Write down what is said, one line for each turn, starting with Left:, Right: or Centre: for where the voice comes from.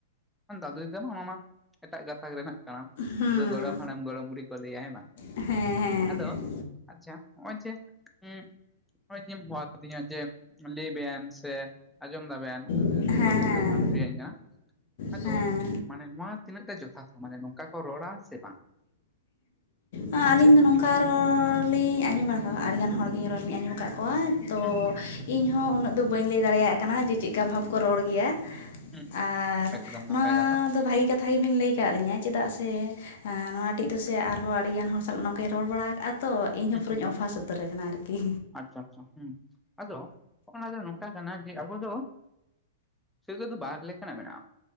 Centre: ᱟᱢ ᱫᱟᱹᱫᱩ ᱮᱫᱟᱢ ᱚᱱᱟ ᱢᱟ ᱮᱴᱟᱜ ᱜᱟᱛᱟᱠ ᱨᱮᱱᱟᱜ <unintelligible>
Left: ᱦᱩᱸ
Centre: ᱜᱚᱲᱚᱢ ᱦᱟᱲᱟᱢ ᱜᱚᱲᱚᱢ ᱵᱩᱰᱷᱤᱠᱚ ᱞᱟᱹᱭ ᱟᱭ, ᱦᱮᱸ ᱵᱟᱝ?
Left: ᱦᱮᱸ
Centre: ᱟᱫᱚ ᱟᱪᱪᱷᱟ, ᱦᱚᱜᱼᱚᱭ ᱡᱮ, ᱩ ᱦᱚᱜᱼᱚᱭ ᱡᱮᱢ ᱦᱚᱦᱚ ᱟᱠᱟᱫᱤᱧᱟ ᱡᱮ ᱞᱮᱭ ᱵᱮᱱ ᱥᱮ, ᱟᱸᱡᱚᱢ ᱫᱟᱵᱮᱱ
Left: ᱦᱮᱸ ᱦᱮᱸ
Centre: ᱚᱱᱠᱟ ᱢᱤᱫᱴᱮᱱ ᱠᱟᱛᱷᱟᱢ ᱞᱟᱹᱭᱤᱧᱟ, ᱟᱫᱚ
Left: ᱦᱮᱸ ᱦᱮᱸ
Centre: ᱢᱟᱱᱮ ᱱᱚᱣᱟ ᱛᱤᱱᱟᱹᱜ ᱴᱟ ᱡᱚᱛᱷᱟᱛ ᱢᱟᱱᱮ ᱱᱚᱝᱠᱟ ᱠᱚ ᱨᱚᱲᱼᱟ ᱥᱮ ᱵᱟᱝ?
Left: ᱟᱹᱞᱤᱧ
Centre: ᱟᱢ ᱪᱮᱫ ᱮᱢ
Left: ᱫᱚ
Centre: ᱢᱚᱱᱮᱭᱟ
Left: ᱱᱚᱝᱠᱟ ᱨᱚᱲᱻ ᱞᱤᱧ ᱟᱸᱡᱚᱢ ᱵᱟᱲᱟ <unintelligible> ᱟᱹᱰᱤᱜᱟᱱ ᱦᱚᱲᱜᱤ ᱨᱚᱲ ᱞᱤᱧ ᱟᱸᱡᱚᱢ ᱟᱠᱟᱫ ᱠᱚᱣᱟ᱾ ᱛᱚ
Centre: ᱦᱩᱸ ᱦᱩᱸ
Left: ᱤᱧᱦᱚᱸ ᱩᱱᱟᱹᱜ ᱫᱚ ᱵᱟᱹᱧ ᱞᱟᱹᱭ ᱫᱟᱲᱮᱭᱟᱜ ᱠᱟᱱᱟ ᱡᱮ ᱪᱮᱫᱠᱟ ᱵᱷᱟᱵᱽ ᱠᱚ ᱨᱚᱲ ᱜᱮᱭᱟ,
Centre: ᱦᱩᱸ
Left: ᱟᱨ
Centre: ᱮᱠᱫᱚᱢ ᱱᱟᱯᱟᱭ
Left: ᱱᱚᱣᱟ
Centre: ᱠᱟᱛᱷᱟ
Left: ᱫᱚ ᱵᱷᱟᱜᱤ ᱠᱟᱛᱷ ᱛᱷᱟ ᱜᱮᱵᱤᱱ ᱞᱟᱹᱭ ᱠᱟᱫ ᱞᱤᱧᱟᱹ ᱪᱮᱫᱟᱜ ᱥᱮ ᱮᱸ ᱱᱚᱶᱟ ᱴᱤᱡ ᱫᱚᱥᱮ ᱟᱨᱦᱚᱸ ᱟ ᱟᱹᱰᱤᱜᱟᱱ ᱦᱚᱲ ᱥᱟᱞᱟᱜ ᱱᱚᱝᱠᱟᱧ ᱨᱚᱲ ᱵᱟᱲᱟ ᱟᱠᱟᱫᱼᱟ ᱛᱚ ᱤᱧᱦᱚᱸ
Centre: ᱦᱩᱸ
Left: ᱯᱩᱨᱟᱹᱧ
Centre: ᱦᱩᱸ ᱦᱩᱸ
Left: ᱚᱵᱷᱟᱥ ᱩᱛᱟᱹᱨ ᱟᱠᱟᱱᱟ ᱟᱨᱠᱤ᱾
Centre: ᱟᱪᱪᱷᱟ ᱟᱪᱪᱷᱟ ᱦᱩᱸ, ᱟᱫᱚ ᱚᱱᱟ ᱫᱚ ᱱᱚᱝᱠᱟ ᱠᱟᱱᱟ ᱡᱮ ᱟᱵᱚ ᱫᱚ ᱥᱟᱺᱜᱟᱭ ᱫᱚ ᱵᱟᱨ ᱞᱮᱠᱟᱱᱟᱜ ᱢᱮᱱᱟᱜᱼᱟ,